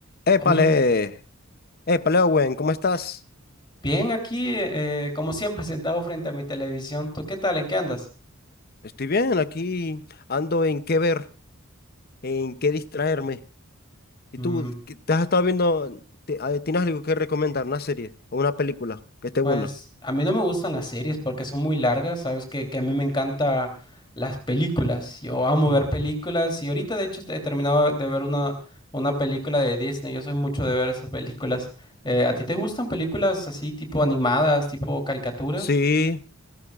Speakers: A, on the left; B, on the left.
A: Épale,
B: Oye,
A: épale, Owen, ¿cómo estás?
B: bien aquí, eh, como siempre, sentado frente a mi televisión. ¿Tú qué tal? ¿En qué andas?
A: Estoy bien, aquí ando en qué ver, en qué distraerme. ¿Y
B: Mm,
A: tú, qué- te has estado viendo, te- ah, tienes algo que recomendar, una serie o una película que esté
B: pues
A: buena?
B: a mí no me gustan las series porque son muy largas, sabes que, que a mí me encantan las películas. Yo amo ver películas y ahorita de hecho he terminado de ver una, una película de Disney. Yo soy mucho de ver esas películas. Eh, ¿a ti te gustan
A: Ujú.
B: películas así tipo animadas, tipo caricaturas?
A: Sí,